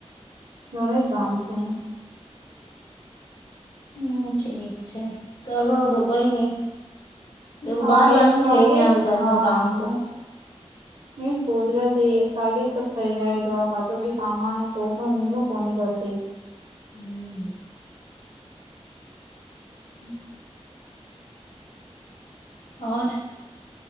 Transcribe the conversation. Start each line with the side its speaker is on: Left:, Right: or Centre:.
Right: ઘણું એ કામ છે.
Left: હમ ઠીક છે કરવા આવ તો કોઈ નઈ. એવું
Right: હા
Left: બાર બાર
Right: એક
Left: ની
Right: સાગે
Left: છે એ નિ આવે ઘરનું
Right: હા
Left: કામ છે.
Right: એ સોધરા છે એક સાથેે સ થઈ જાય તો આ પાછો કઈ સામાન તો મિ કોની પડશે.
Left: હમ્મ.
Right: <inaudible>
Left: હર.